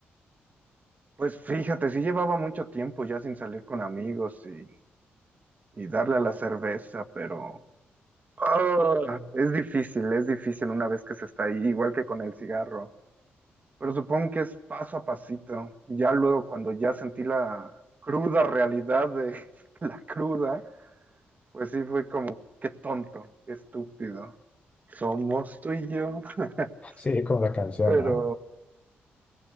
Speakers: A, on the right (about 40°); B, on the left (about 30°).
A: pues fíjate, sí llevaba mucho tiempo ya sin salir con amigos y, y darle a la cerveza, pero. Ah, es difícil, es difícil una vez que se está ahí, igual que con el cigarro. Pero supongo que es paso a pasito. Ya luego, cuando ya sentí la cruda realidad de <laughs> la cruda, pues sí fue como, qué tonto, qué estúpido. Somos tú y yo. <laughs>
B: Sí, como la canción,
A: Pero
B: ¿no?